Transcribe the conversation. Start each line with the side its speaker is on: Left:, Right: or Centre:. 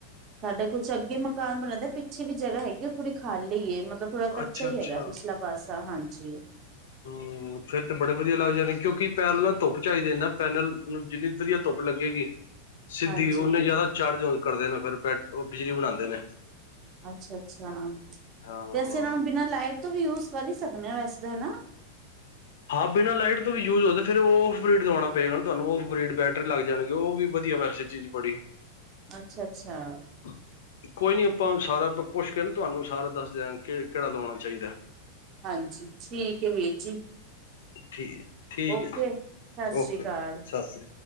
Right: ਸਾਡਾ ਕੁਛ ਅੱਗੇ ਮਕਾਨ ਬਣਦਾ ਪਿੱਛੇ ਵੀ ਜਗ੍ਹਾ ਹੈਗੀ ਉਹ ਥੋੜ੍ਹੀ ਖਾਲੀ ਏ, ਮਤਲਬ ਥੋੜਾ ਕੱਚਾ
Left: ਅੱਛਾ
Right: ਹੀ
Left: ਅੱਛਾ
Right: ਹੈਗਾ ਪਿਛਲਾ ਪਾਸਾ, ਹਾਂਜੀ
Left: ਹਮ। ਫੇਰ ਤਾਂ ਬੜੇ ਵਧੀਆ ਲੱਗ ਜਾਣੇ ਨੇ, ਕਿਉਂਕਿ ਪੈਨਲ ਨਾਲ ਧੁੱਪ ਚਾਹੀਦੇ ਨੇ ਨਾ ਪੈਨਲ ਨੂੰ ਜਿੰਨੀ ਵਧੀਆ ਧੁੱਪ ਲੱਗੇਗੀ ਸਿੱਧੀ
Right: ਹਾਂਜੀ
Left: ਉਹਨੇ ਜ਼ਿਆਦਾ ਚਾਰਜ ਕਰਦੇ ਨੇ, ਫਿਰ ਬੈ ਉਹ ਬਿਜਲੀ ਬਣਾਉਂਦੇ ਨੇ।
Right: ਅੱਛਾ ਅੱਛਾ,
Left: ਹਾਂ
Right: ਤੇ ਅਸੀਂ ਇਹਨਾਂ ਨੂੰ ਬਿਨਾਂ ਲਾਈਟ ਤੋਂ ਵੀ ਯੂਜ ਕਰ ਹੀ ਸਕਦੇ ਹਾਂ ਵੈਸੇ ਤਾਂ ਹੈ ਨਾ
Left: ਹਾਂ ਬਿਨਾਂ ਲਾਈਟ ਤੋਂ ਵੀ ਯੂਜ ਹੋਦੇ ਫਿਰ ਉਹ ਔਫਬ੍ਰਡ ਲਗਵਾਉਣਾ ਪਏਗਾ ਤੁਹਾਨੂੰ, ਔਫਬ੍ਰਿਡ ਬੈਟਰੀ ਲੱਗ ਜਾਣਗੇ ਉਹ ਵੀ ਵਧੀਆ ਵੈਸੇ ਚੀਜ਼ ਬੜੀ
Right: ਅੱਛਾ ਅੱਛਾ।
Left: <inaudible> ਹ ਕੋਈ ਨੀ ਆਪਾਂ ਸਾਰਾ ਪੁੱਛ ਕੇ ਨਾ ਤੁਹਾਨੂੰ, ਸਾਰਾ ਦੱਸ ਦ ਕਿ ਕਿਹੜਾ ਲਾਉਣਾ ਚਾਹੀਦਾ।
Right: ਹਾਂਜੀ, ਠੀਕ ਹੈ ਵੀਰ ਜੀ
Left: ਠੀਕ ਠੀਕ
Right: ਓਕੇ,
Left: ਹੈ ਜੀ
Right: ਸਤਿ
Left: ਓਕੇ
Right: ਸ੍ਰੀ ਅਕਾਲ।
Left: ਸਤਿ ਸ੍ਰੀ